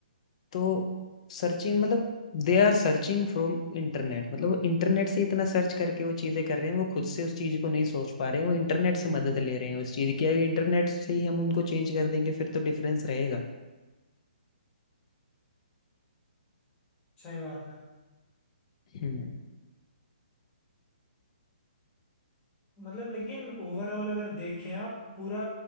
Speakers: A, on the left; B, on the left.
A: तो सर्चिंग मतलब they are searching from internet मतलब वो इंटरनेट से इतना सर्च करके वो चीजें कर रहे हैं वो खुद से उस चीज को नहीं सोच पा रहे हैं वो इंटरनेट से मदद ले रहे हैं उस चीज की अगर इंटरनेट से ही हम उनको चेंज कर देंगे फिर तो डिफरेंस रहेगा
B: सही बात है
A: हम्म
B: मतलब लेकिन ओवरऑल अगर देखें आप पूरा